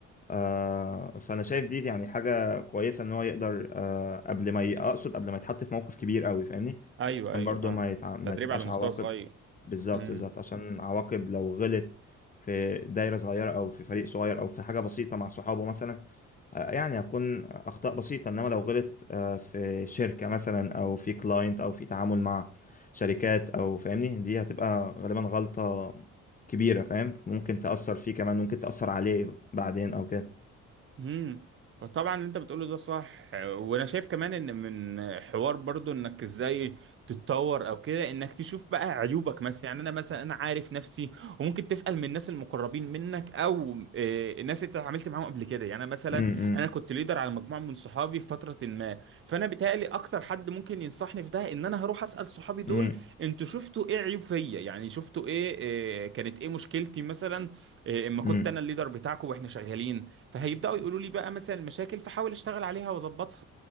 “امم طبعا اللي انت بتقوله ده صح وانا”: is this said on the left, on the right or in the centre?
Right